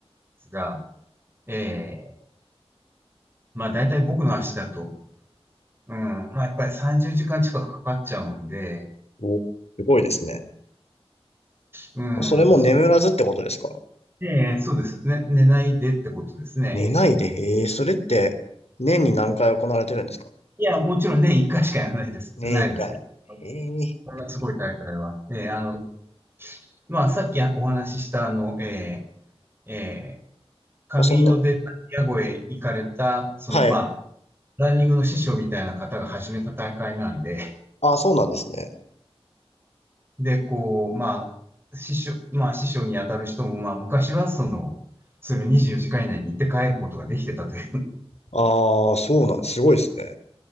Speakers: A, on the right; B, on the left.
A: 節が、ええまあ大体僕の足だと、うん、まあやっぱり30時間近くかかっちゃうんで、
B: お、すごいですね。
A: うん、
B: それも眠らずってことですか
A: そ、ええそうですね。寝ないでってことですね。
B: 寝ないで、ええ、それって、年に何回行われてるんですか
A: いや、もちろん年1回しかやらないです。
B: 年一回。
A: ないですけど。
B: へえ。
A: こんなすごい大会は。えーあの、まあ、さっきお話しした、あの、えーえーカミーノ・
B: まあ、そんな、
A: デ・サンティアゴへ行かれた、その、
B: はい。
A: まあ、ランニングの師匠みたいな方が始めた大会なんで、
B: ああ、そうなんですね。
A: <laughs> で、こう、まあ、師匠、まあ、師匠に当たる人も、まあ、昔は、その、それを24時間以内に行って帰ることができてたという
B: ああ、そうなん、すごいですね。